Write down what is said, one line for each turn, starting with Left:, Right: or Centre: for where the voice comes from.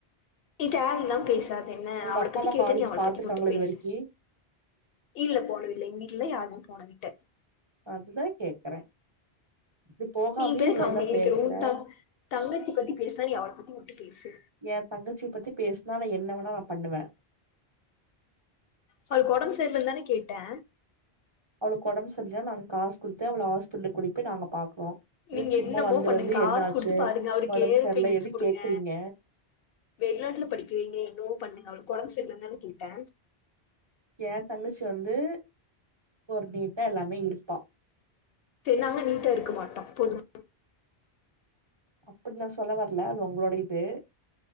Left: நீ தேவை இல்லாம பேசாது என்ன
Right: உங்க
Left: அவளை
Right: அப்பா
Left: பத்தி
Right: அம்மா
Left: கேட்டா
Right: காலேஜ்
Left: நீ அவள
Right: பாத்துருக்காங்களா
Left: பத்தி மட்டும் பேசு
Right: இது வரைக்கி
Left: இல்ல போனதில்லை எங்க வீட்லல்லா யாரும் போனதில்ல
Right: அதுதா கேக்குறே இப்டி போகாமயே
Left: நீ பேருக்கு
Right: இவ்ளோ
Left: அவங்க
Right: இதா
Left: இருக்கிற
Right: பேசுற
Left: உன் தங் தங்கச்சி பத்தி பேசுனா நீ அவள பத்தி மட்டு பேசு
Right: எ தங்கச்சிய பத்தி பேசுனா நா என்ன வேணா நா பண்ணுவே
Left: அவளுக்கு ஒடம்பு சேர்லனு தான கேட்டே
Right: அவளுக்கு ஒடம்பு சரில்ல நாங்க காசு கொடுத்து அவள ஹாஸ்பட்டலுக் கூட்டிட்டு போய் நாங்க பாக்குறோ எதுக்கு
Left: நீங்க
Right: சும்மா
Left: என்னமோ
Right: வந்து
Left: பண்ணுங்க
Right: வந்து
Left: காசு
Right: என்னாச்சு
Left: குடுத்து பாருங்க அவருக்கு
Right: ஒடம்பு
Left: ஏரோப்ளேன்
Right: சரில
Left: வச்சு
Right: எதுக்கு
Left: குடுங்க
Right: கேக்குறீங்க
Left: வெளிநாட்டுல படிக்கவைங்க என்னமோ பண்ணுங்க அவளுக்கு உடம்பு சரியில்லன்னு தான கேட்டே
Right: ஏன் தங்கச்சி வந்து ஒரு நீட்டா எல்லாமே இருப்பா
Left: சேரி நாங்க நீட்டா இருக்க மாட்டோம் போதும்
Right: அப்படி நான் சொல்ல வரல அது உங்களோட இது